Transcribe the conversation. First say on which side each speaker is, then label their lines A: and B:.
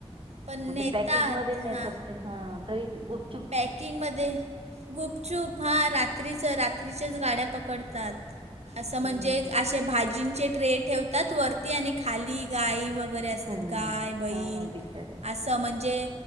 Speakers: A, on the right; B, on the right.
A: पण
B: मग
A: नेतात
B: ते पॅकिंग मध्ये नेतात
A: हा
B: ते हा त गुप्
A: पॅकिंगमध्ये गुपचूप हा रात्रीचं रात्री गाड पकडतात अस म्हणजे
B: हम्म
A: असे भाजींचे े ठेवतात वरती आणि खाली गाई व वगैरे असतात
B: हम्म
A: गाय बैल
B: हा ना बिचारे
A: असं म्हणजे